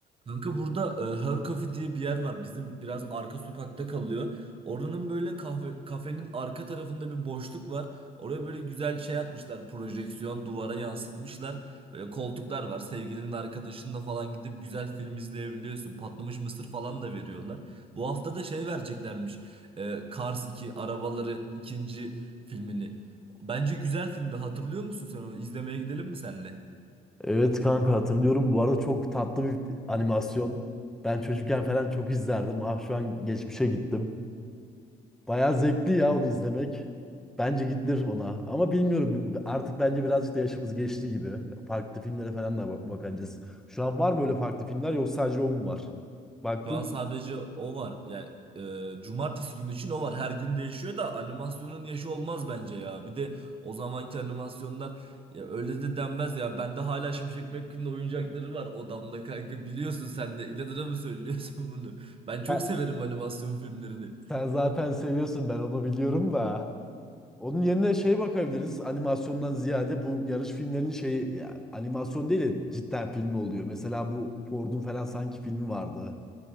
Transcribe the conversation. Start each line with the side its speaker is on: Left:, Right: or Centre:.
Right: Kanka burada e, Her Cafe diye bir yer var. Bizim biraz arka sokakta kalıyor. Oranın böyle kahve kafenin arka tarafında bir boşluk var. Oraya böyle güzel şey atmışlar. Projeksiyon duvara yansıtmışlar. Böyle koltuklar var. Sevgilinin arkadaşınla falan gidip güzel film izleyebiliyorsun. Patlamış mısır falan da veriyorlar. Bu hafta da şey vereceklermiş. E, Cars iki Arabaları ikinci filmini. Bence güzel filmdi. Hatırlıyor musun sen onu? İzlemeye gidelim mi senle?
Centre: Evet kanka hatırlıyorum. Bu arada çok tatlı bir animasyon. Ben çocukken falan çok izlerdim. Ah şu an geçmişe gittim. Bayağı zevkli ya onu izlemek. Bence gidilir ona. Ama bilmiyorum b- artık bence birazcık da yaşımız geçti gibi. Farklı filmlere falan da ba- bakabiliriz. Şu an var mı öyle farklı filmler yoksa sadece o mu var? Baktın
Right: Şu an sadece
Centre: mı?
Right: o var. Yani e, cumartesi günü için o var. Her gün değişiyor da animasyonun yaşı olmaz bence ya. Bir de o zamanki animasyonlar ya öyle de denmez ya. Bende hala Şimşek McQueen'in oyuncakları var odamda kanka. Biliyorsun sen de. İnadına mı söylüyorsun bunu? Ben çok
Centre: Sen,
Right: severim animasyon filmlerini.
Centre: sen zaten seviyorsun ben onu biliyorum da. Onun yerine şeye bakabiliriz. Animasyondan ziyade bu yarış filmlerinin şeyi ya, animasyon değil de cidden film oluyor. Mesela bu Ford'un falan sanki filmi vardı.